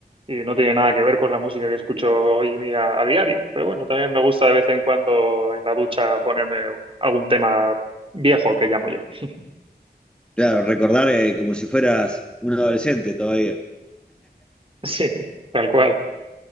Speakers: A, on the right; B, in the centre.
A: Y no tiene nada que ver con la música que escucho hoy en día a diario. Pero bueno, también me gusta de vez en cuando en la ducha ponerme algún tema viejo que llamo yo. <laughs>
B: Claro, recordar eh, como si fueras un adolescente todavía.
A: Sí, tal cual.